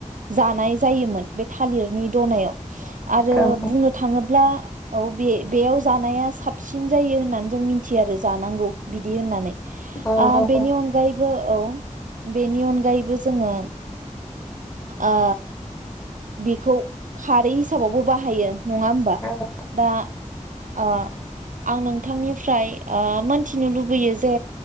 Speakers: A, on the right; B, on the left.
A: जानाय जायोमोन बे थालिरनि दनायाव आरो
B: औ औ
A: बुंनो थाङोब्ला औ बे बेयाव जानाया साबसिन जायो होननानै जों मिथियो आरो जानांगौ बिदि होननानै
B: औ औ
A: बेनि ओ अनगायैबो औ बेनि अनगायैबो जोङो ओ बेखौ खारै हिसाबावबो बाहायो नङा होमबा
B: नोंथां
A: दा ओ आं नोंथांनिफ्राय ओ मोनथिनो लुबैयो जे